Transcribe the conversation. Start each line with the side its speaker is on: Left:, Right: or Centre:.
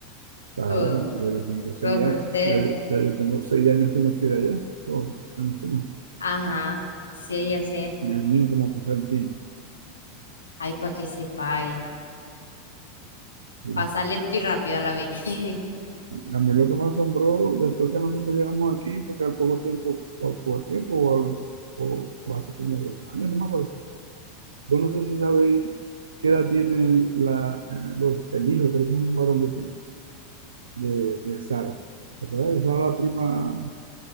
Right: Claro,
Left: todo,
Right: ya yo tengo seis
Left: todo
Right: años,
Left: por ustedes,
Right: ya yo, ya yo tengo seis años que me fui de allá. Todo, ya nos fuimos.
Left: ajá, sí, así es,
Right: Dios mío, cómo pasa el tiempo.
Left: ay, para que sepáis,
Right: Sí,
Left: pasa
Right: sí.
Left: lento y rápido a la vez. <laughs>
Right: Y a mí lo que me asombró después que nosotros llegamos aquí fue que al poco tiempo, o al poco tiempo, o, al- o- o hace como dos años, no me acuerdo. Vos no sé si sabéis qué edad tiene la, eh, los- el hijo, creo que es un varón que tiene, de, de Sara. ¿Te acuerdas? de Sara, la prima,